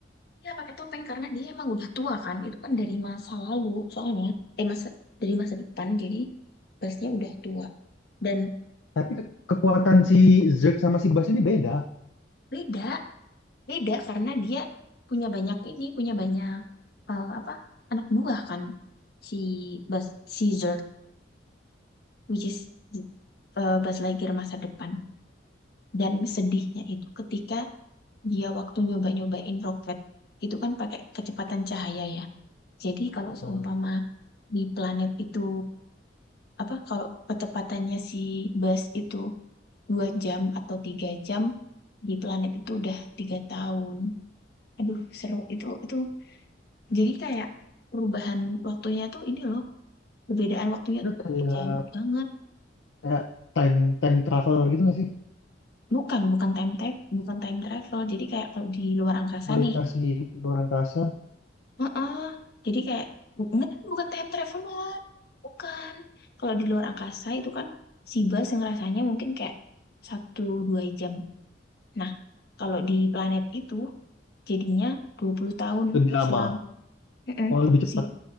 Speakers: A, on the left; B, on the left.
A: Iya pakai topeng karena dia emang udah tua kan. Itu kan dari masa lalu soalnya. Eh masa dari masa depan jadi busnya udah tua. Dan
B: Tapi ke- kekuatan si Zerg sama si Bas ini beda.
A: beda beda karena dia punya banyak ini punya banyak eh, apa anak buah kan si Buzz si Zurg which is eh, Buzz Lightyear masa depan dan sedihnya itu ketika dia waktu nyoba-nyobain roket itu kan pakai kecepatan cahaya ya jadi kalau seumpama
B: Hmm.
A: di planet itu apa kalau kecepatannya si bus itu dua jam atau tiga jam di planet itu udah tiga tahun. Aduh, seru itu itu. Jadi kayak perubahan waktunya tuh ini loh, perbedaan waktunya
B: Itu
A: tuh
B: kayak
A: jauh banget.
B: kayak time time traveler gitu nggak sih?
A: Bukan, bukan time travel, bukan time travel. Jadi kayak kalau di luar angkasa
B: Melintasi
A: nih,
B: luar angkasa
A: heeh. Jadi kayak bu- bukan time travel banget. Bukan. Kalau di luar angkasa itu kan si bus yang rasanya mungkin kayak satu dua jam Nah, kalau di planet itu jadinya 20 tahun
B: lebih lama,
A: selam. Mm-mm.
B: oh lebih cepat.
A: Si,